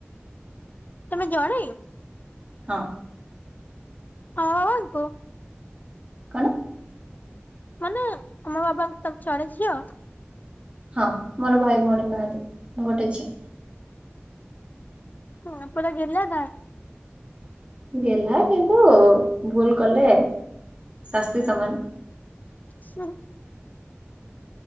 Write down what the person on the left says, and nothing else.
ତମେ ଜଣେ?
ହଁ ହଁ ହନ୍ତୁ।
ମାନେ ତମ ବାବାଙ୍କ ତମେ, ଜଣେ ଝିଅ?
ହଁ, ପୁରା ଗେଲ୍ହା ନା?
ହୁଁ ହୁଁ।